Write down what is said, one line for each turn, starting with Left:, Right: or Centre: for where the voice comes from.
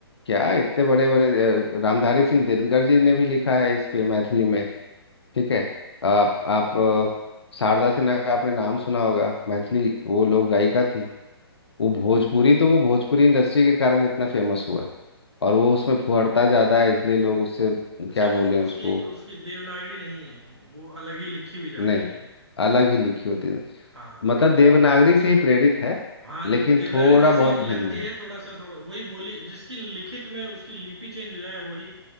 Left: क्या इतने बड़े बड़े अ, रामधारी सिंह दिनकर जी ने भी लिखा है इस पे मैथिली में ठीक है आप आप अ, शारदा सिन्हा का आपने नाम सुना होगा मैथिली वो लोक गायिका थी वो भोजपुरी तो वो भोजपुरी इंडस्ट्री के कारण इतना फेमस हुआ है और वो उसमें फुहड़ता ज्यादा है इसलिए लोग उससे
Right: अच्छा
Left: क्या
Right: वो
Left: बोले
Right: उसकी
Left: उसको
Right: उसकी देवनागरी नहीं है वो अलग ही लिखी भी जाती
Left: नहीं
Right: है
Left: अलग ही लिखी होती है
Right: हाँ
Left: मतलब
Right: तो
Left: देवनागरी से ही प्रेरित है
Right: हाँ
Left: लेकिन
Right: देवनागरी
Left: थोड़ा
Right: जैसी
Left: बहुत
Right: लगती
Left: भिन्न
Right: है
Left: है
Right: थोड़ा सा थोड़ा वही बोली जिसकी लिखित में उसकी लिपि चेंज हो जाए वही